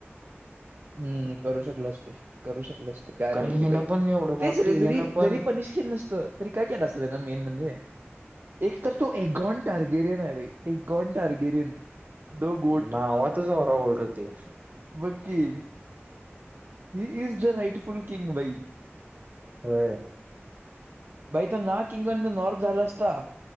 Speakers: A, on the right; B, on the right.
A: हम्म करू शकलोच ते करू शकलच ते काय
B: कारण
A: माहिती
B: की हिनं
A: बाई
B: पण एवढं बॉटीरियानं
A: तेच रे जरी
B: पण
A: जरी पनिश केलं नसतं तरी काय केलं असतं त्यांना मेन म्हणजे एक तर तो एकगॉन टार्गेरियन आहे बा एक गॉन टार्गेरियन दो गोट
B: नावातच होरा उलट होते
A: बघ की he is the rightful king वई
B: हो
A: बाई त ना किंग नॉर्थ झाला असता